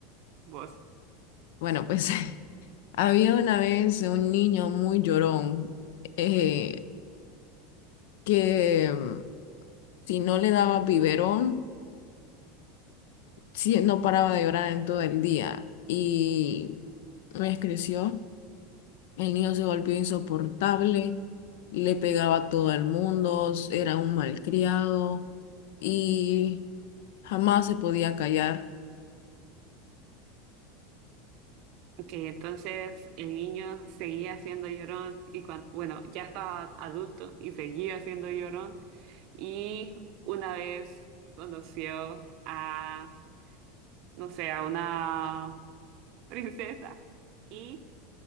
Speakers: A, on the right (about 50°); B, on the left (about 70°).
A: vos.
B: Bueno, pues <laughs> había una vez un niño muy llorón eh, que mm, si no le daba biberón sí, no paraba de llorar en todo el día y pues creció, el niño se volvió insoportable, le pegaba a todo el mundo, era un malcriado y jamás se podía callar.
A: Ok, entonces el niño seguía siendo llorón y cuando, bueno, ya estaba adulto y seguía siendo llorón y una vez conoció a, no sé, a una <laughs> princesa y